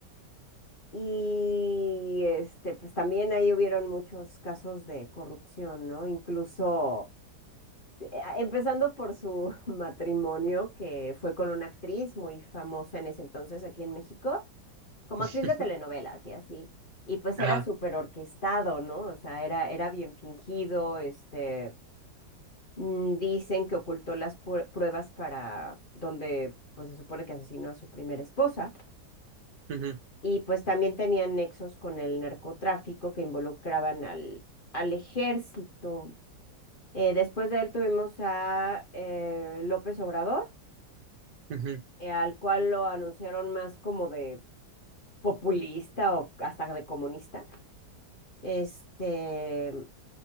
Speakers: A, on the left; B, on the right.
A: Y este, pues también ahí hubieron muchos casos de corrupción, ¿no? Incluso eh, Empezando por su <laughs> matrimonio, que fue con una actriz muy famosa en ese entonces aquí en México, como
B: <laughs>
A: actriz de telenovelas y así. Y pues
B: Ajá.
A: era súper orquestado, ¿no? O sea, era, era bien fingido, este, mm, dicen que ocultó las pue- pruebas para donde, pues se supone que asesinó a su primera esposa.
B: Ujú,
A: Y pues también tenían nexos con el narcotráfico que involucraban al, al ejército. Eh, después de él tuvimos a eh, López Obrador
B: ujú.
A: eh, al cual lo anunciaron más como de populista o hasta de comunista. Este,